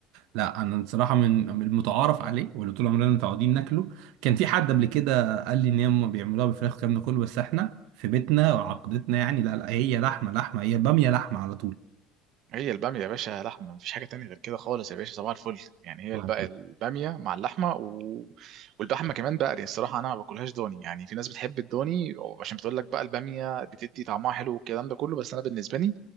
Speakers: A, on the right; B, on the right.
A: لا انا بصراحه من من المتعارف عليه واللي طول عمرنا متعودين ناكله كان في حد قبل كده قال لي ان هم بيعملوها بفراخ والكلام ده كله بس احنا في بيتنا وعقدتنا يعني لا لا هي لحمه لحمه هي باميه لحمه على
B: هي الباميه يا باشا لحمه مفيش حاجه تانية غير كده خالص يا باشا صباح الفل يعني هي
A: طول
B: الب- الباميه مع اللحمه و... واللحمه كمان بقري الصراحه انا ما باكلهاش ضاني يعني في ناس بتحب الضاني عشان بتقول لك بقى الباميه بتدي طعمها حلو والكلام ده كله بس انا بالنسبه لي